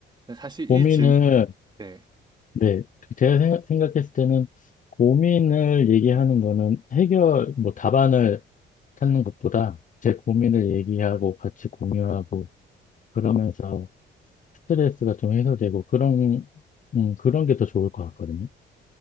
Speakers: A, on the right (about 20°); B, on the left (about 40°).
A: 사실
B: 고민을,
A: 이 질, 네,
B: 네. 그 제가 생각- 생각했을 때는 고민을 얘기하는 거는 해결, 뭐 답안을 찾는 것보다 제 고민을 얘기하고 같이 공유하고 그러면서 스트레스가 좀 해소되고 그런 음, 그런 게 더 좋을 것 같거든요.